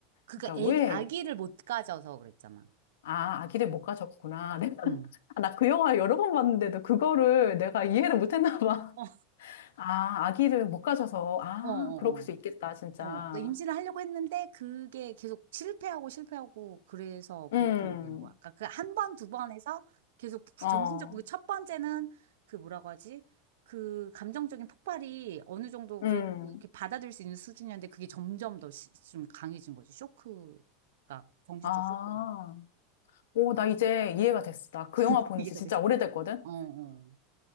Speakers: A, on the right; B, on the left.
A: 그니까
B: 그러니까
A: 애기,
B: 왜,
A: 아기를 못 가져서 그랬잖아.
B: 아, 아기를 못 가졌구나. <laughs> 내가,
A: 응.
B: 아, 나그 영화 여러 번 봤는데도 그거를 내가 이해를 못 했나 봐.
A: 어,
B: <laughs> 아, 아기를 못 가져서, 아,
A: 어, 어.
B: 그럴 수 있겠다, 진짜.
A: 어, 그러니까 임신을 하려고 했는데 그게 계속 실패하고 실패하고 그래서
B: 음,
A: 그렇게 된 거야. 그러니까 그 한 번, 두 번 해서 계속
B: 어,
A: 정신적, 그첫 번째는 그 뭐라고 하지? 그 감정적인 폭발이 어느 정도
B: 음,
A: 그래도 이렇게 받아들일 수 있는 수준이었는데 그게 점점 더 좀 강해진 거지. 쇼크가, 정신적
B: 아.
A: 쇼크가.
B: 오, 나 이제 이해가 됐어. 나 그
A: <laughs>
B: 영화 본지
A: 이해가
B: 진짜
A: 됐어.
B: 오래됐거든?
A: 어, 어,